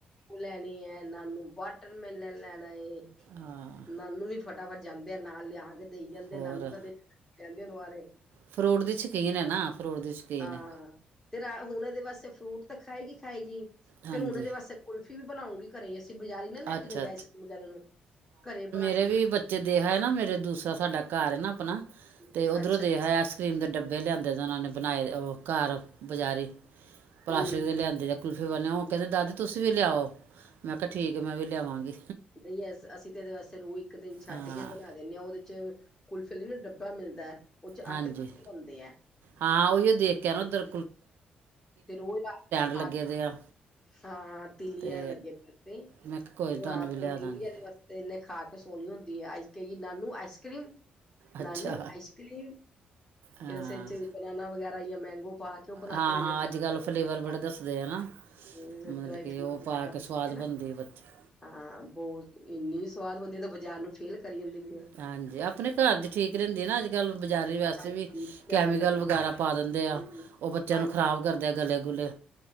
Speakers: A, on the left; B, on the right.
A: ਲੈਣੀ ਐ ਨਾਨੂੰ ਵਾਟਰਮੈਲਨ ਲੈਣਾ ਐ
B: ਹਾਂ
A: ਨਾਨੂੰ ਵੀ ਫਟਾਫਟ ਜਾਂਦੇ ਆ ਨਾਲ ਲਿਆ ਕੇ ਦੇਈ ਜਾਂਦੇ
B: ਹੋਰ
A: ਆ ਨਾਨੂ ਕਦੇ ਕਹਿੰਦੇ <unintelligible>
B: ਫਰੂਟ ਦੀ ਸ਼ਕੀਨ ਐ ਨਾ ਫਰੂਟ ਦੀ। ਸ਼ੌਕੀਨ
A: ਹਾਂ,
B: ਹੈ
A: ਤੇ ਰਾ ਹੁਣ ਇਹਦੇ ਵਾਸਤੇ ਫਰੂਟ ਤਾਂ ਖਾਏਗੀ ਖਾਏਗੀ
B: ਹਾਂਜੀ
A: ਫੇਰ ਹੁਣ ਇਹਦੇ ਵਾਸਤੇ ਕੁਲਫੀ ਵੀ ਬਣਾਉਂਗੀ ਘਰੇ ਅਸੀਂ ਬਜ਼ਾਰੀ ਨੀ ਲੈ ਕੇ
B: ਅੱਛਾ
A: ਦਿੰਦੇ ਆਈਸਕ੍ਰੀਮ ਵਗੈਰਾ ਨੂੰ ਘਰੇ ਬਣਾ
B: ਜਿਹੜੇ ਵੀ ਬੱਚੇ ਦੇਹਾਏ ਨਾ ਮੇਰੇ ਦੂਸਰਾ ਸਾਡਾ ਘਰ ਹੈ ਨਾ ਆਪਣਾ,
A: ਕੇ
B: ਤੇ ਉੱਧਰੋਂ
A: ਅੱਛਾ
B: ਦੇਹਾਇਆ ਤਿੰਨ ਡੱਬੇ ਲਿਆਉਦੇ ਸਨ ਉਹਨ ਬਣਾਏ ਘਰ ਬਾਜ਼ਾਰੀ
A: ਹੂੰ
B: ਸਕੂਲ
A: ਹੂੰ ਅੱਛਾ
B: ਫੇ ਵਾਲਿਆ ਉਹ ਕਹਿੰਦੇ ਦਾਦੀ ਤੁਸੀਂ ਵੀ ਲਿਆਓ ਮੈਂ ਕਿਹਾ ਠੀਕ ਹੈ ਮੈਂ ਵੀ ਲਿਆਵਾਂਗੀ
A: ਨਹੀਂ ਅਸੀਂ ਤਾਂ ਇਹਦੇ ਵਾਸਤੇ ਰੋਜ ਇੱਕ ਦਿਨ ਛੱਡ
B: ਹਾਂ
A: ਕੇ ਬਣਾ ਦਿੰਦੇ ਹਾਂ ਉਹਦੇ ਚ ਕੁਲਫਲੀ ਲਈ ਨਾ ਡੱਬਾ ਮਿਲਦਾ ਉਹ ਚ
B: ਹਾਂਜੀ
A: ਅਠ <unintelligible>
B: ਹਾਂ ਉਹੀ ਦੇਖ ਕੇ ਆ ਨਾ ਉੱਧਰ।
A: ਤੇ ਰੋਜ਼
B: ਲੱਗੇ
A: ਹਾਂ
B: ਦੇ ਆ
A: ਹਾਂ ਤੀਲੀਆਂ
B: ਤੇ
A: ਲੱਗੀਆਂ ਤੇ ਤੇ
B: ਮੈਂ ਕਿਹਾ ਕੋਈ ਨੀ,
A: ਉਹ
B: ਤੁਹਾਨੂੰ
A: ਰਾਤ
B: ਵੀ ਲਿਆ
A: ਨੂੰ ਡੇਲੀ
B: ਦਾਂਗੇ
A: ਦੇ ਵਾਸਤੇ ਇਨੇ ਖਾ ਕੇ ਸੋਹਣੀ ਹੁੰਦੀ ਐ ਕਹੇਗੀ ਨਾਨੂ ਆਈਸ ਕਰ੍ਰੀਮ
B: ਅੱਛਾ
A: ਨਾਨੂ ਆਈਸ ਕਰ੍ਰੀਮ
B: ਹਾਂ
A: ਫੇਰ ਅਸੀਂ ਇਹ ਚ ਬਨੈਨਾ ਵਗੈਰਾ ਜਾਂ ਮੈਂਗੋ ਪਾ ਕੇ ਤੇ ਉਹ ਬਣਾ
B: ਹਾਂ
A: ਕੇ <unintelligible>
B: ਹਾਂ ਅੱਜ ਕੱਲ੍ਹ ਫਲੇਵਰ ਬੜੇ ਦੱਸਦੇ ਆ ਨਾ
A: ਹੂੰ,
B: ਮਤਲਬ
A: ਡਰਾਈ
B: ਕਿ
A: ਫਰੂਟ
B: ਉਹ
A: ਵਗੈਰਾ ਪਾ
B: ਸਵਾਦ
A: ਕੇ ਨਾ।
B: ਬਣਦੀ ਬੱਚੇ
A: ਹਾਂ, ਬਹੁਤ ਇੰਨੀ ਸਵਾਦ ਬਣਦੀ ਤਾਂ ਬਾਜ਼ਾਰ ਨੂੰ ਫੇਲ ਕਰੀ ਜਾਂਦੀ ਐ।
B: ਹਾਂਜੀ, ਆਪਣੇ ਘਰ ਦੀ ਠੀਕ ਰਹਿੰਦੀ ਨਾ ਅੱਜ ਕੱਲ੍ਹ ਬਜ਼ਾਰੀ ਵਾਸਤੇ
A: ਹਾਂਜੀ
B: ਵੀ।
A: ਬਾਜ਼ਾਰ
B: ਕੈਮੀਕਲ
A: ਦਾ ਕੋਈ
B: ਵਗੈਰਾ ਪਾ ਦਿੰਦੇ
A: ਹੂੰ,
B: ਆ
A: ਹੂੰ,
B: ਉਹ ਬੱਚਿਆਂ
A: ਹਾਂਜੀ
B: ਨੂੰ ਖ਼ਰਾਬ ਕਰਦੇ ਆ ਗਲੇ ਗੁਲੇ।